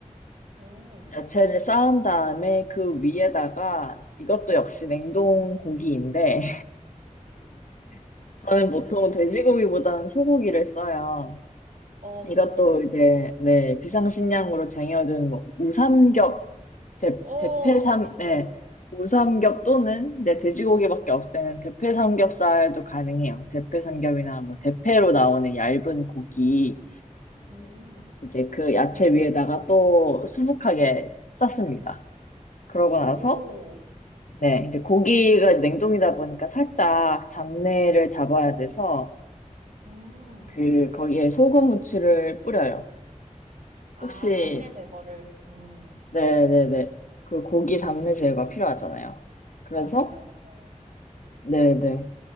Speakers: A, on the right; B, on the left.
A: 오,
B: 야채를 쌓은 다음에 그 위에다가 이것도 역시 냉동 고기인데 <laughs> 저는 보통 돼지고기보다는 소고기를 써요.
A: 어,
B: 이것도
A: 그렇죠.
B: 이제 네 비상식량으로 쟁여둔 뭐 우삼겹 대,
A: 어,
B: 대패삼
A: 맛있죠.
B: 네 우삼겹 또는 네, 돼지고기밖에 없을 때는 대패삼겹살도 가능해요. 대패삼겹이나 뭐 대패로 나오는 얇은 고기를
A: 음,
B: 이제 그
A: 음,
B: 야채 위에다가 또 수북하게 쌌습니다. 그러고 나서
A: 오,
B: 네, 이제 고기가 냉동이다 보니까 살짝 잡내를 잡아야 돼서
A: 음.
B: 그 거기에 소금 후추를 뿌려요.
A: 아,
B: 혹시
A: 잡내 제거를. 음,
B: 네네네 그 고기 잡내 제거가 필요하잖아요. 그래서
A: 맞아요, 맞아요.
B: 네네